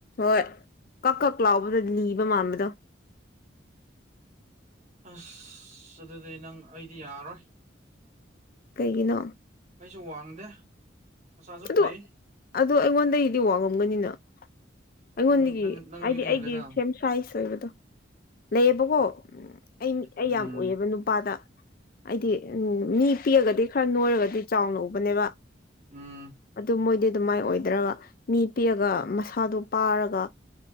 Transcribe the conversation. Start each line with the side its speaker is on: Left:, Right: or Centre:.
Left: ꯍꯣꯏ ꯀꯛ ꯀꯛ ꯂꯥꯎꯕꯗꯣ ꯅꯤꯕ ꯃꯥꯟꯕꯗꯣ
Right: ꯑꯁ ꯑꯗꯨꯗꯤ ꯅꯪ ꯑꯩꯗꯤ ꯌꯥꯔꯔꯣꯏ
Left: ꯀꯩꯒꯤꯅꯣ
Right: ꯑꯩꯁꯨ ꯋꯥꯡꯗꯦ ꯃꯆꯥꯁꯨ
Left: ꯑꯗꯨ
Right: ꯐꯩ
Left: ꯑꯗꯣ ꯑꯩꯉꯣꯟꯗꯒꯤꯗꯤ ꯋꯥꯉꯝꯒꯅꯤꯅ ꯑꯩꯉꯣꯟꯗꯒꯤ
Right: ꯅꯪꯗꯤ ꯅꯪ ꯅꯪꯗꯒꯤꯗꯤ
Left: ꯍꯥꯏꯗꯤ ꯑꯩꯒꯤ
Right: ꯍꯦꯜꯂꯦꯗ
Left: ꯁꯦꯝ ꯁꯥꯏꯖ ꯑꯣꯏꯕꯗꯣ ꯂꯩꯌꯦꯕꯀꯣ ꯎꯝ ꯑꯩ ꯑꯩ
Right: ꯎꯝ
Left: ꯌꯥꯝ ꯎꯏꯑꯕ ꯅꯨꯄꯥꯗ ꯑꯩꯗꯤ ꯎꯝ ꯃꯤ ꯄꯤꯛꯑꯒꯗꯤ ꯈꯔ ꯅꯣꯏꯔꯒꯗꯤ ꯆꯥꯎꯅ ꯎꯕꯅꯦꯕ
Right: ꯎꯝ
Left: ꯑꯗꯨ ꯃꯣꯏꯗꯤ ꯑꯗꯨꯃꯥꯏꯅ ꯑꯣꯏꯗ꯭ꯔꯒ ꯃꯤ ꯄꯤꯛꯑꯒ ꯃꯁꯥꯗꯨꯣ ꯄꯥꯔꯒ